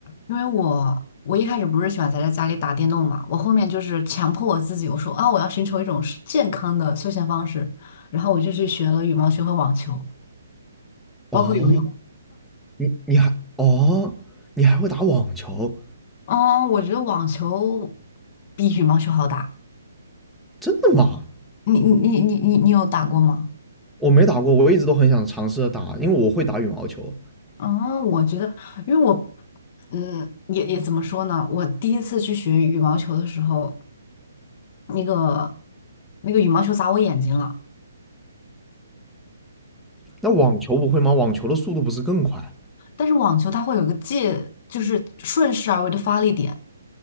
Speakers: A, on the left (about 35°); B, in the centre.
A: 因为我我一开始不是喜欢宅在家里打电动嘛，我后面就是强迫我自己，我说啊，我要寻求一种是健康的休闲方式，然后我就去学了羽毛球和网球，包括游泳。
B: 哦，你你还哦，你还会打网球？
A: 嗯，我觉得网球比羽毛球好打。
B: 真的吗？
A: 你你你你你你有打过吗？
B: 我没打过，我一直都很想尝试着打，因为我会打羽毛球。
A: 哦，我觉得，因为我，嗯，也也怎么说呢？我第一次去学羽毛球的时候，那个那个羽毛球砸我眼睛了，
B: 那网球不会吗？网球的速度不是更快？
A: 但是网球它会有一个界，就是顺势而为的发力点。